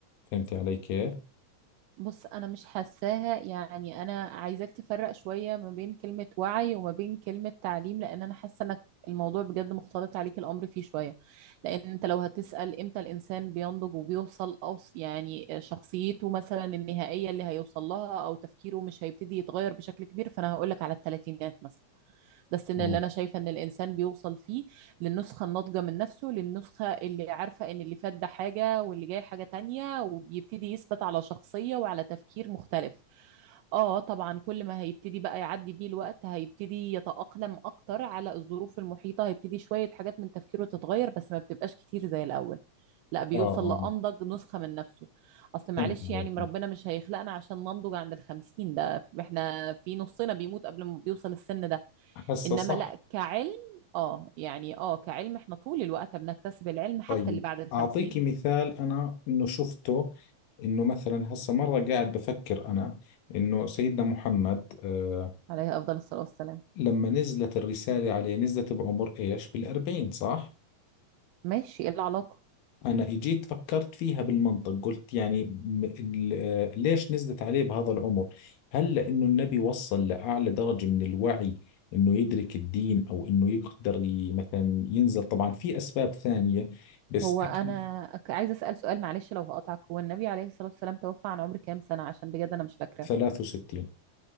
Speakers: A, on the left; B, on the right.
A: فهمتي علي كيف؟
B: بص انا مش حاساها يعني انا عايزاك تفرق شوية ما بين كلمة وعي وما بين كلمة تعليم لان انا حاسة انك الموضوع بجد مختلط عليك الامر فيه شوية لان انت لو هتسأل امتى الانسان بينضج وبيوصل أص يعني شخصيته مثلا النهائية اللي هيوصل لها او تفكيره مش هيبتدي يتغير بشكل كبير فانا هقولك على الثلاثينات مثلا ده السن
A: مم.
B: اللي انا شايفه ان الانسان بيوصل فيه للنسخه الناضجه من نفسه للنسخه اللي عارفه ان اللي فات ده حاجه واللي جاي حاجه تانية وبيبتدي يثبت على شخصيه وعلى تفكير مختلف اه طبعا كل ما هيبتدي بقى يعدي بيه الوقت هيبتدي يتأقلم اكتر على الظروف المحيطة هيبتدي شوية حاجات من تفكيره تتغير بس ما بتبقاش كتير زي الاول لا بيوصل
A: اه اه
B: لأنضج نسخة من نفسه اصل معلش
A: فهمت عليك
B: يعني ربنا مش هيخلقنا عشان ننضج عند الخمسين ده احنا في نصنا بيموت قبل ما بيوصل السن ده
A: هسه
B: انما
A: صح
B: لا كعلم اه يعني اه كعلم احنا طول الوقت بنكتسب العلم حتى
A: طيب
B: اللي بعد الخمسين
A: أعطيكي مثال أنا إنه شفته إنه مثلا هسا مرة قاعد بفكر أنا إنه سيدنا محمد آه
B: عليه افضل الصلاة والسلام
A: لما نزلت الرسالة عليه نزلت بعمر إيش بالأربعين صح؟
B: ماشي ايه العلاقة
A: أنا إجيت فكرت فيها بالمنطق قلت يعني م- ال- آه، ليش نزلت عليه بهذا العمر؟ هل لأنه النبي وصل لأعلى درجة من الوعي إنه يدرك الدين أو إنه يقدر ي- مثلا ينزل طبعا في أسباب ثانية بس
B: هو انا
A: أكيد
B: ك- عايزة اسأل سؤال معلش لو هقطعك هو النبي عليه الصلاة والسلام توفى عن عمر كام سنة عشان بجد انا مش فاكرة
A: 63